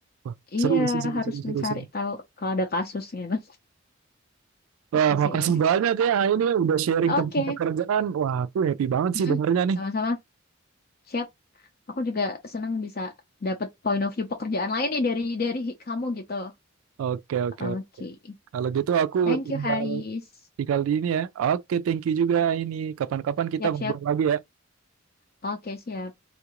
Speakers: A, on the right; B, on the left.
A: Wah,
B: iya
A: seru sih seru
B: harus
A: seru seru
B: mencari
A: seru.
B: tahu kalau ada kasus gitu. <laughs>
A: Wah,
B: Gitu
A: makasih
B: sih. ya.
A: banyak ya ah, ini udah sharing
B: Oke.
A: tentang pekerjaan. Wah, aku happy banget
B: Mm-mm,
A: sih dengernya nih.
B: Sama-sama. Siap. Aku juga senang bisa dapat point of view pekerjaan lain nih dari dari kamu gitu.
A: Oke oke.
B: Oke.
A: Kalau gitu aku
B: Thank
A: tinggal
B: you, Haris.
A: tinggal di ini ya. Oke, thank you juga ini. Kapan-kapan kita
B: Siap-siap.
A: ngobrol lagi ya.
B: Oke, siap.